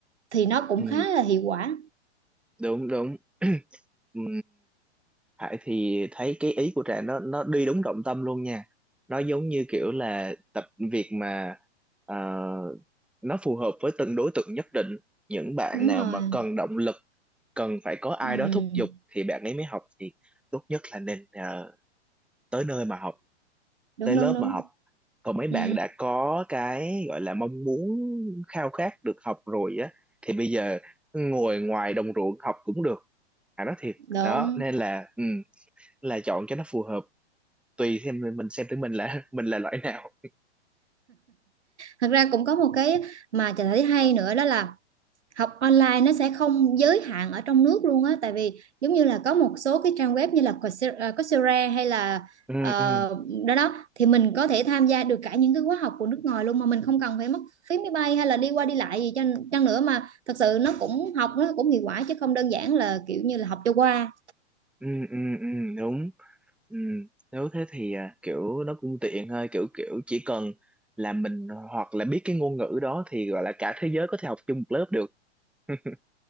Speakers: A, on the right; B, in the centre.
A: thì nó cũng
B: ừ,
A: khá là hiệu quả
B: đúng đúng <clears throat> ừ. Hải thì thấy cái ý của Trà nó nó đi đúng trọng tâm luôn nha. Nó giống như kiểu là tập việc mà ờ, nó phù hợp với từng đối tượng nhất định. Những bạn
A: đúng
B: nào
A: rồi
B: mà cần động lực, cần phải có ai
A: Ừ,
B: đó thúc giục thì bạn ấy mới học thì tốt nhất là nên ờ, tới nơi mà học,
A: đúng
B: tới lớp
A: đúng đúng
B: mà học. Còn mấy bạn
A: ừ,
B: đã có cái gọi là mong muốn khao khát được học rồi á thì bây giờ ngồi ngoài đồng ruộng học cũng được. Hải nói thiệt.
A: đúng
B: Đó, nên là ừ là chọn cho nó phù hợp tùy xem mình xem tới mình là <laughs> mình là loại nào
A: thật ra cũng có một cái mà chị thấy hay nữa đó là học online nó sẽ không giới hạn ở trong nước luôn á tại vì giống như là có một số cái trang web như là Coursera ờ, Coursera hay là
B: ừ
A: ờ,
B: ừ
A: đó đó thì mình có thể tham gia được cả những cái khóa học của nước ngoài luôn mà mình không cần phải mất phí máy bay hay là đi qua đi lại gì chăng, chăng nữa mà thật sự nó cũng học nó cũng hiệu quả chứ không đơn giản là kiểu như là học cho qua
B: ừ ừ ừ, đúng ừ. nếu thế thì à, kiểu nó cũng tiện thôi kiểu kiểu chỉ cần là mình hoặc là biết cái ngôn ngữ đó thì gọi là cả thế giới có thể học chung một lớp được <laughs>